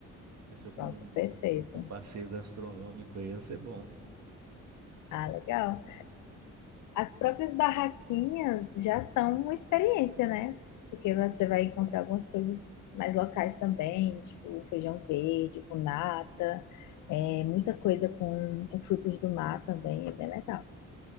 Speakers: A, on the right; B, on the left.
A: Se algum,
B: Pronto, perfeito.
A: algum passeio gastronômico aí ia ser bom.
B: Ah, legal. As próprias barraquinhas já são uma experiência, né? Porque você vai encontrar algumas coisas mais locais também, tipo feijão verde, com nata, é, muita coisa com, com frutos do mar também, é bem legal.